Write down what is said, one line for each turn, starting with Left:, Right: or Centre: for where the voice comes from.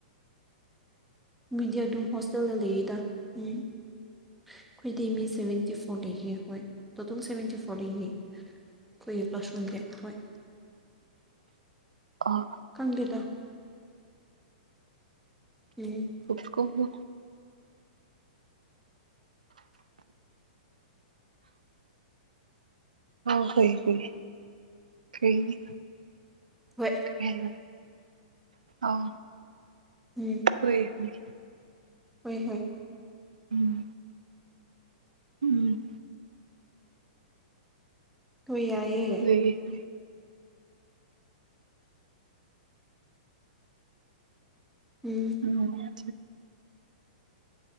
Centre: ꯃꯤꯗꯤ ꯑꯗꯨꯝ ꯍꯣꯁꯇꯦꯜꯗ ꯂꯩꯔꯤꯗ ꯎꯝ ꯑꯩꯈꯣꯏꯇ ꯐꯇ ꯐ <unintelligible> ꯑꯩꯈꯣꯏꯒꯤ ꯀꯥꯜꯁꯔꯨꯝꯒꯤ ꯍꯣꯏ
Right: ꯑꯣ
Centre: ꯈꯪꯗꯦꯗ ꯎꯝ
Right: ꯠ ꯀ <unintelligible> ꯑ ꯍꯣꯏ ꯍꫭꯏ ꯀꯩꯒꯤ
Centre: ꯍꯣꯏ
Right: ꯀꯔꯤ ꯍꯥꯏꯕ ꯑꯧ
Centre: ꯎꯝ
Right: ꯍꯣꯏ ꯍꯣꯏ
Centre: ꯍꯣꯏ ꯍꯣꯏ
Right: ꯎꯝ ꯎꯝ
Centre: ꯍꫭꯏ ꯌꯥꯏꯌꯦ
Right: ꯎ <unintelligible>
Centre: ꯎꯝ
Right: ꯎꯝ